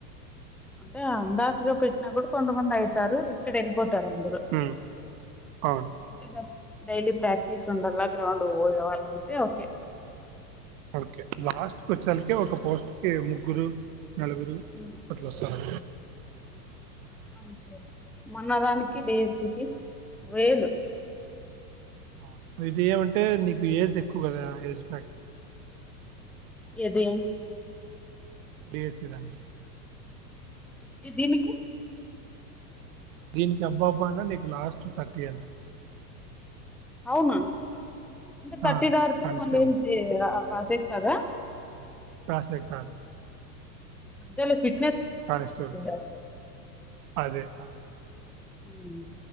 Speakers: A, in the centre; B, on the right.
A: అంటే అందాస్ గా పెట్నా కూడా కొంతమంది అయితారు. ఇక్కడ ఏళ్ళిపోత్ తర్ అందరువుమ్
B: ఉమ్ అవును
A: అంటే డైలీ ప్రాక్టీస్ ఉండల్ల. గ్రౌండ్ పోయే వాళ్ళ అయితే ఓకే
B: ఓకే లాస్ట్ కొచ్చలకే ఒక పోస్ట్ కి ముగ్గురు నలుగురు
A: ఉమ్.
B: అట్లొస్సరు.
A: అంతే మన్నదానికి దేశీకి వేలు
B: అవున్ మీదియ్యామంటే నీకు ఏజ్ ఎక్కువ కదా. ఏజ్ బ్యాక్ట్
A: ఏది
B: బేసిదాం
A: ఈ దీనికి
B: దీనికి అబ్బా అబ్బా అన్నా నీకు లాస్ట్ థర్టీ అంతే
A: అవునా అంటే థర్టీ
B: ఆ
A: దాటితే
B: కానిస్టేబుల్
A: మళ్ళీ ఏం చేయలేరా ప్రసెట్ కదా
B: ప్రసెట్ కాదు
A: అంతేలే <inaudible> <inaudible> థర్టీ
B: కానిస్టేబుల్
A: దాటితే
B: అదే అదే.
A: ఉ